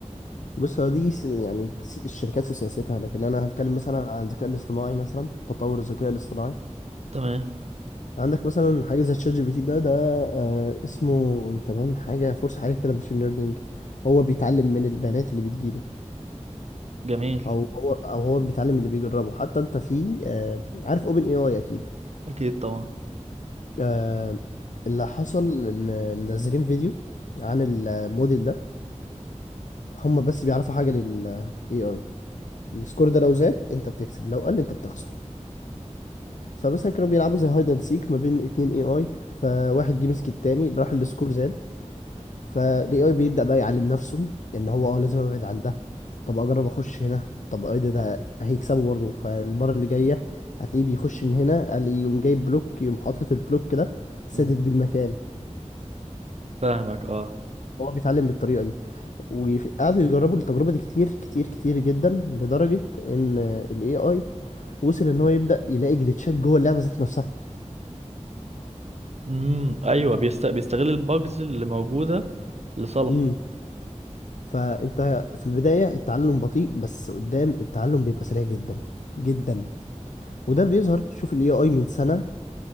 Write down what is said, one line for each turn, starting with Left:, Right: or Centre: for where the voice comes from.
Left: بص هو دي س- يعني س- الشركات وسياستها لكن انا هتكلم مثلا عن الذكاء الاصطناعي مثلا تطور الذكاء الاصطناعي
Right: تمام
Left: عندك مثلا حاجة زي تشات جي بي تي ده ده آه اسمه تمام حاجة فرصة حاجة كده ماشين ليرنينج هو بيتعلم من البيانات اللي بتجيله
Right: جميل
Left: او هو او هو بيتعلم اللي بيجربه حتى انت في آه عارف اوبن اي اي اكيد
Right: اكيد طبعا
Left: آه، اللي حصل ان منزلين فيديو عن الموديل ده هم بس بيعرفوا حاجه لل AI السكور ده لو زاد انت بتكسب لو قل انت بتخسر فمثلا كانوا بيلعبوا زي هايد اند سيك ما بين اتنين AI فواحد جه مسك التاني راح السكور زاد فال AI بيبدأ بقى يعلم نفسه ان هو اه لازم ابعد عن ده طب اجرب اخش هنا طب آه، ايه ده ده هيكسبه برضه فالمره اللي جايه هتلاقيه بيخش من هنا قال إيه، يقوم جايب بلوك يقوم حاطط البلوك ده سادد
Right: مم.
Left: بيه المكان
Right: فاهمك اه
Left: هو بيتعلم بالطريقة دي وقعدوا يجربوا التجربة دي كتير كتير كتير جدا لدرجة ان ال AI وصل ان هو يبدأ يلاقي جليتشات جوه اللعبة ذات نفسها
Right: امم ايوه بيست... بيستغل الباجز اللي موجودة لصالحه
Left: امم فانت في البداية التعلم بطيء بس قدام التعلم بيبقى سريع جدا جدا وده بيظهر شوف ال AI من سنة